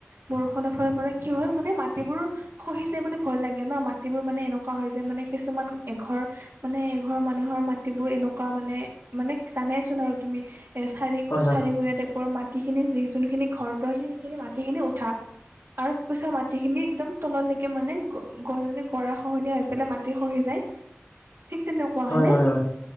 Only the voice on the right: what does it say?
বৰষুণৰ ফলত মানে কি হ'ল মানে মাটিবোৰ সহি যায় বুলি ভয় লাগে ন' মাটিবোৰ মানে এনেকুৱা হয় যে মানে কিছুমান এঘৰ মানে এঘৰৰ মানুহৰ মাটিবোৰ এনেকুৱা মানে, মানে জানেচোন আৰু তুমি। চাৰি
চাৰিকুণীয়া টাইপৰ মাটিখিনি যি যোনখিনি ঘৰটো আছে সেইখিনি মাটিখিনি উঠা। তাৰপিছৰ মাটিখিনি একদম তললৈকে মানে গ যেনেকে গৰা খহনীয়া হৈ পেলাই মাটি খহি যায়। ঠিক তেনেকুৱা
হয়নে?